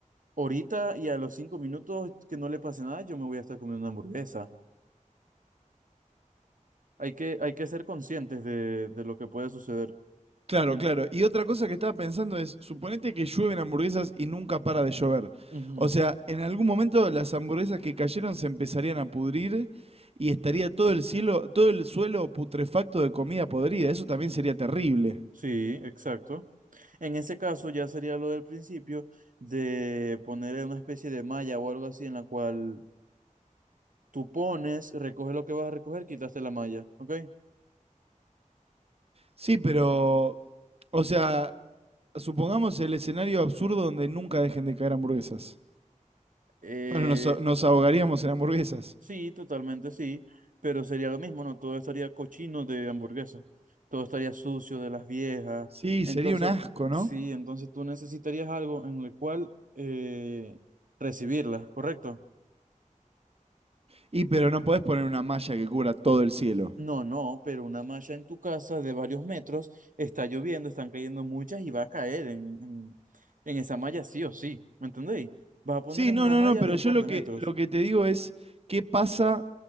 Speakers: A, on the right; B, on the right.
A: Ahorita y a los cinco minutos que no le pase nada, yo me voy a estar comiendo una hamburguesa. Hay que, hay que ser conscientes de, de lo que puede suceder.
B: Claro,
A: En-
B: claro. Y otra cosa que estaba pensando es, suponete que llueven hamburguesas y nunca para de llover.
A: Ujú.
B: O sea, en algún momento las hamburguesas que cayeron se empezarían a pudrir y estaría todo el cielo, todo el suelo putrefacto de comida podrida. Eso también sería terrible.
A: Sí, exacto. En ese caso ya sería lo del principio de poner una especie de malla o algo así en la cual tú pones, recoges lo que vas a recoger, quitaste la malla, ¿ok?
B: Sí, pero, o sea, supongamos el escenario absurdo donde nunca dejen de caer hamburguesas.
A: Eh,
B: Bueno, nos, a- nos ahogaríamos en hamburguesas.
A: Sí, totalmente sí, pero sería lo mismo, ¿no? Todo estaría cochino de hamburguesa, todo estaría sucio de las viejas.
B: Sí,
A: Entonces,
B: sería un asco, ¿no?
A: sí, entonces tú necesitarías algo en el cual eh, recibirlas, ¿correcto?
B: Y pero no podés poner una malla que cubra todo el cielo.
A: No, no, pero una malla en tu casa de varios metros, está lloviendo, están cayendo muchas y va a caer en, en, en esa malla sí o sí, ¿me entendéis? Vas a poner
B: Sí,
A: es
B: no,
A: una
B: no,
A: malla
B: no, pero
A: de un
B: yo
A: par
B: lo
A: de
B: que,
A: metros.
B: lo que te digo es, ¿qué pasa